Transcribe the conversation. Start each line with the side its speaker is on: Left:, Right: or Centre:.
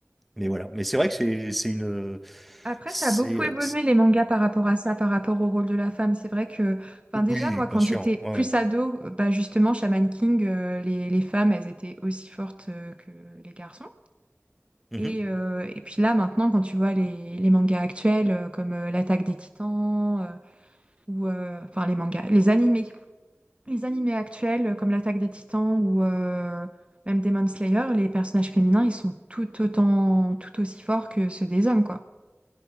Centre: mais voilà. Mais c'est vrai que c'est, c'est une.
Right: Après,
Centre: C'est,
Right: ça a beaucoup
Centre: euh,
Right: évolué les mangas par rapport à ça, par rapport au rôle de la femme. C'est vrai que, enfin, déjà,
Centre: Oui,
Right: moi,
Centre: bien
Right: quand
Centre: sûr.
Right: j'étais
Centre: Ouais,
Right: plus
Centre: ouais.
Right: ado, euh, bah, justement, Shaman King, euh, les, les femmes, elles étaient aussi fortes euh, que les garçons.
Centre: Mhm.
Right: Et, euh, et puis là, maintenant, quand tu vois les, les mangas actuels, euh, comme euh, L'Attaque des Titans, euh, ou euh, enfin les mangas, les animés. Les animés actuels euh, comme l'Attaque des Titans ou euh, même Demon Slayer, les personnages féminins, ils sont tout autant, tout aussi forts que ceux des hommes, quoi.